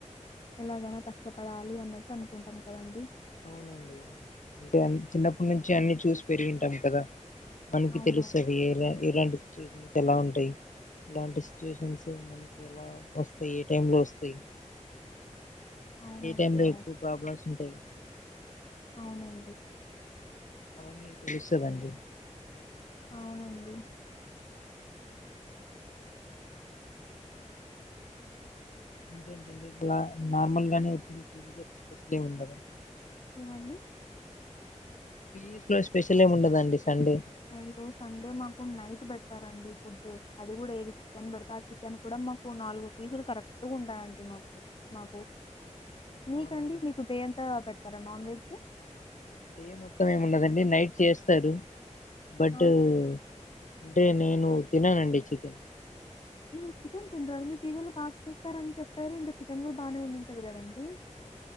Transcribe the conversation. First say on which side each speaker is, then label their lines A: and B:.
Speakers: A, on the left (about 45°); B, on the left (about 85°).
A: ఎలాగైనా కష్టపడాలి అన్నట్టు అనుకుంటాం కదండి
B: అవునండి అంటే చిన్నప్పటి నుంచి అన్ని చూసి పెరిగింటాం కదా మనకి
A: అవునవును.
B: తెలుస్తది ఎలా ఎలాంటి సిట్యువేషన్స్ ఎలా ఉంటాయి ఇలాంటి సిచ్యువేషన్స్ మనకి ఎలా వస్తాయి ఏ టైం లో వస్తాయి
A: అవునండి.
B: ఏ టైం లో
A: అవును.
B: ఎక్కువ ప్రాబ్లమ్స్ ఉంటాయి
A: అవునండి
B: అవ్వన్ని తేలుస్తదండి
A: అవునండి
B: ఇంకేంటండి ఇట్లా నార్మల్ గానే ఎప్పుడు <unintelligible> స్పెషల్ ఎం ఉండదా
A: ఏమండి
B: పీజీ లో స్పెషల్ ఏమి ఉండదాండి సండే
A: ఆ ఈరోజు సండే మాకు నైట్ పెడతారండి ఫుడ్ అది కూడా ఏది చికెన్ పెడితే ఆ చికెన్ కూడా మాకు నాలుగు పీసులు కరెక్ట్గా ఉంటాయండి మకు మాకు మీకండి
B: అవునండి
A: మీకు డే ఎంతా పెడతారా నాన్ వెజ్
B: డే మొత్తం ఏమిండదండి నైట్ చేస్తారు బట్
A: ఆ!
B: అంటే నేను తిననండి చికెన్
A: మీరు చికెన్ తినరా అండి మీరు పిజిలో బాగా చేస్తారని చెప్పారు ఇంకా చికెన్ కూడా బాగానే ఉండింటది కదండి